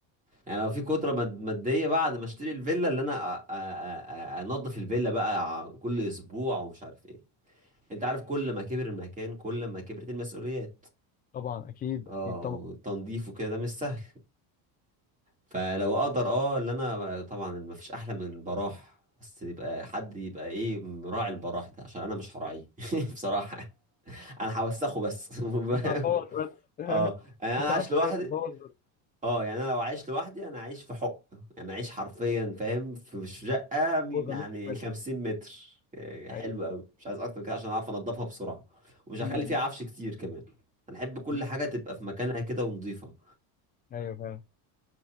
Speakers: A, on the right; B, on the left.
A: يعني لو في قدره ماد- ماديه بعد ما اشتري الفيلا اللي انا أ- أ- أ- انضف الفيلا بقى كل اسبوع ومش عارف ايه انت عارف كل ما كبر المكان كل ما كبرت المسؤوليات
B: طبعا اكيد
A: اه
B: اكيد طبعا
A: وتنظيفه كده ده مش سهل فلو اقدر اه اللي انا طبعا ما فيش احلى من البراح بس يبقى حد يبقى ايه مراعي البراح ده عشان انا مش هراعيه <laughs> بصراحة انا هوسخه بس <laughs>
B: انت هتبوظ بس <laughs>
A: اه يعني
B: انت
A: انا عايش
B: هتلاقي
A: لوحدي
B: تبوظ بس
A: اه يعني انا لو عايش لوحدي انا عايش في حق يعني عايش حرفيا فاهم في شقه م- يعني
B: جوزها مش متر
A: 50 متر يعني حلو
B: ايوه
A: قوي مش عايز اكتر من كده عشان اعرف انضفها بسرعه ومش هخلي
B: م-
A: فيها
B: م-
A: عفش كتير كمان انا احب كل
B: م.
A: حاجه تبقى في مكانها كده ونضيفه
B: ايوه فعلا